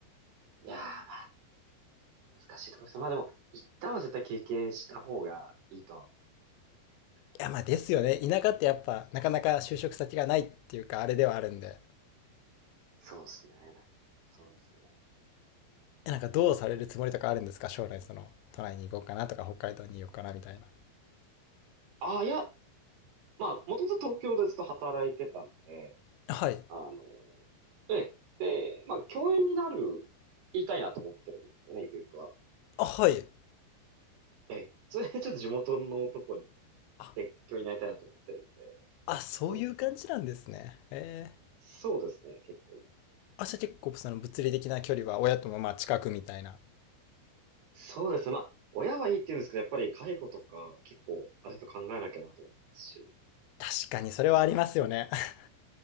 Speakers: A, on the right; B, on the left.
A: いやー、まあ、難しいところですね。まあでも、一旦は絶対経験した方がいいとは思うんでね。なかなか。
B: いやまあですよね田舎ってやっぱなかなか就職先がないっていうかあれではあるんで
A: そうですね、なかなかそうですね。
B: えなんかどうされるつもりとかあるんですか将来その都内に行こうかなとか北海道に行こうかなみたいな
A: ああ、いや、まあ、もともと東京でずっと働いてたので、
B: はい
A: あの、ええ、で、まあ、教員になる、言いたいなと思ってるんですよね、ゆくゆくは。
B: あはい
A: ええ、それでちょっと地元のとこに
B: あ
A: 別居になりたいなと思ってるんで、
B: あそういう感じなんですねええ
A: そうですね。そうですね、結構
B: あじゃあ結構その物理的な距離は親ともまあ近くみたいな
A: そうですね、まあ、親はいいって言うんですけど、やっぱり介護とか結構、あれと考えなきゃなと思うまし、
B: 確かにそれはありますよね。<laughs>